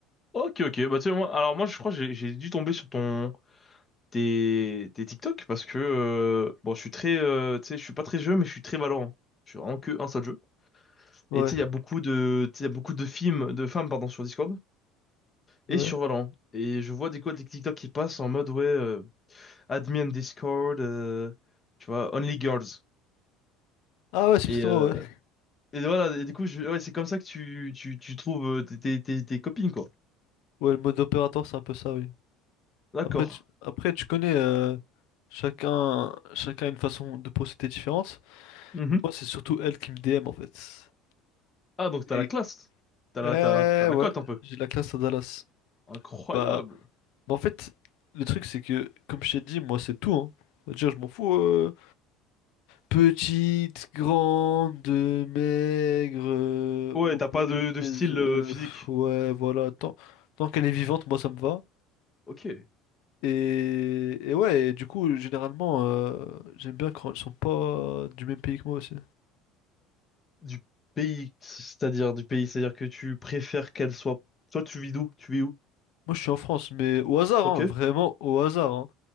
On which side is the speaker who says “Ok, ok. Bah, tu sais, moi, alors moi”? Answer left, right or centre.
Left